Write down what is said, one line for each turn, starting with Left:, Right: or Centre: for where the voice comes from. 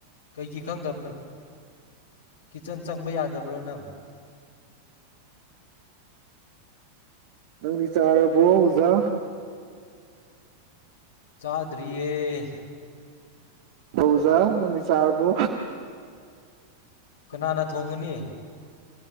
Left: ꯀꯩꯒꯤ ꯈꯪꯗꯕꯅꯣ ꯀꯤꯠꯆꯟ ꯆꯪꯕ ꯌꯥꯗꯕ꯭ꯔꯣ ꯅꯪ꯫
Right: ꯅꯪꯗꯤ ꯆꯥꯔꯕꯣ ꯑꯣꯖꯥ
Left: ꯆꯥꯗꯔꯤꯌꯦ
Right: ꯇꯧꯖꯥ ꯅꯪꯗꯤ ꯆꯥꯔꯕꯣ
Left: ꯀꯅꯥꯅ ꯊꯣꯡꯉꯅꯤ